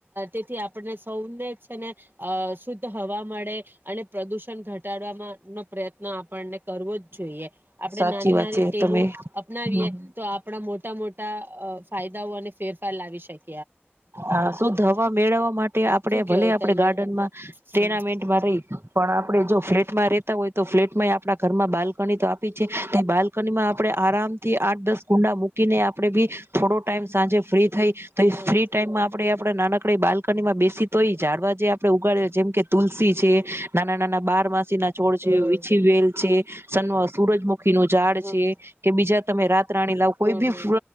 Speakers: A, on the right (about 60°); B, on the right (about 80°).
A: તેથી આપને સૌને છે ને અ શુદ્ધ હવા મળે અને પ્રદુષણ ઘટાડવામાં પ્રયત્ન આપણને કરવો જ જોઈએ. આપણેે
B: સાચી
A: નાની
B: વાત
A: નાની
B: છે
A: ટેવો
B: તમે
A: અપનાવીએ
B: હમ
A: તો આપણા મોટા મોટા ફાયદાઓ અને ફેર ફેલાવી શકે.
B: હા શુદ્ધ હવા મેળવવા માટે આપણે
A: શું
B: ભલે
A: કેવો
B: આપણે
A: તમે?
B: ગાર્ડનમાં
A: હમ્મ.
B: ટેનામેન્ટમાં રહી, પણ આપે જો ફ્લેટમાં રેતા હોય તો ફ્લેટમાં આપણા ઘરમાં બાલ પણ એ તો આપી છે તે બાલ્કનીમાં આપણે આરામથી આઠ દસ કુંડા મૂકીને આપણે ભી થોડો ટાઈમ સાંજે ફ્રી થઈ ભઈ
A: હમ્મ
B: ફ્રી ટાઈમમાં આપણે આપણે નાનક આપણે બાલ્કનીમાં બેસી તોય, ઝાડવા જે આપડે ઉગાડ્યા જેમ કે તુલસી છે, નાના નાના બાર મા ના છોળ
A: હમ્મ
B: છે, વિછી વેલ છે. સન્ સૂરજ મુ <inaudible> <unintelligible> નું ઝાડ
A: હમ્મ
B: છે કે બીજા તમે રાત રાણી લાવ કોઈ
A: હમ્મ
B: બી
A: હમ્મ
B: ફ